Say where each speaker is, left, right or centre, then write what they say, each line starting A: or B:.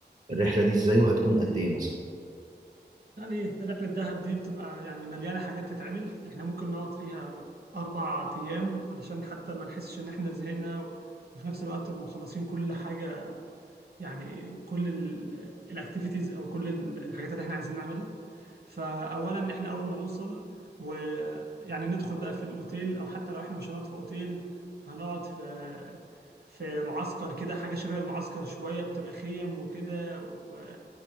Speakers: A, on the right; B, on the right.
A: الرحلة دي إزاي وهتكون قد إيه مثلا
B: يعني رحلة دهب دي بتبقى يعني مليانة حاجات تتعمل احنا ممكن نقعد فيها اربع ايام علشان حتى ما نحسش ان احنا زهقنا و- وفي نفس الوقت مخلصين كل حاجة يعني كل الاكتيفيتيز او كل ال- الحاجات اللي احنا عايزين نعملها فاولا احنا اول ما نوصل ويعني ندخل بقى في الاوتيل او حتى لو احنا مش هنقعد في اوتيل هنقعد في في معسكر كده حاجه شبه المعسكر شويه بتبقى خيم وكده و...